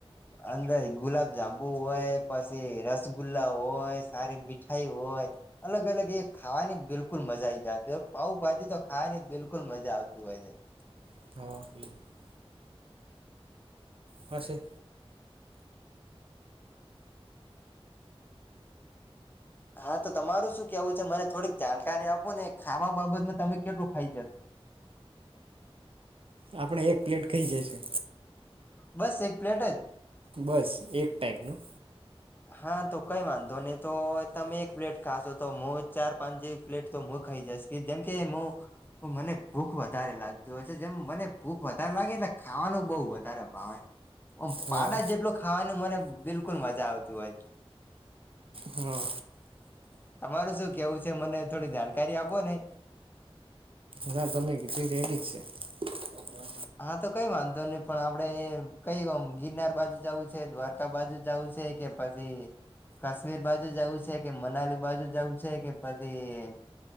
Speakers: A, on the left; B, on the right.
A: અંદર ગુલાબ જાંબુ હોય, પછી રસગુલ્લા હોય, સારી મીઠાઈ હોય, અલગ અલગ એ ખાવાની બિલકુલ મજા આવીઈ જતી હો પાઉ ભાજી તો ખાવાની બિલકુલ મજા આવતી હોય છે.
B: <unintelligible> પાશે
A: હા તો તમારું શું કેવું છે મને થોડીક જાણકારી આપો ને ખાવા બાબતમાં તમે કેટલું ખાઈ જશો
B: આપણે એક પ્લેટ ખઇ જાય છે.
A: બસ એક પ્લેટ જ
B: બસ એક ટાઈપનું
A: હા તો કઈ વાંધો નહી તો તમે એક પ્લેટ ખાશો તો હું ચાર પાંચ જેવી પ્લેટ તો હું ખાઈ જઇશ કે જેમ કે હું મને ભૂખ વધારે લાગતી હોય છે જેમ મને ભૂખ વધારે લાગે એટલે ખાવાનું બહુ વધારે ભાવે ઓમ
B: હા
A: પાડા જેટલો ખાવાનું મને બિલકુલ મજા આવતી હોય છે
B: હા
A: તમારું શું કેવું? મને થોડી જાણકારી આપો ને
B: ના તમે કીધલી રેડી જ છે. ઓવા
A: હા તો કઈ વાંધો નહી પણ આપડે કઈમ ગિરનાર બાજુ જવું છે, દ્વારકા કા બાજુ જવું છે કે પછી કાશ્મીર બાજુ જવું છે કે, મનાલી બાજુ જવું છે કે, પછી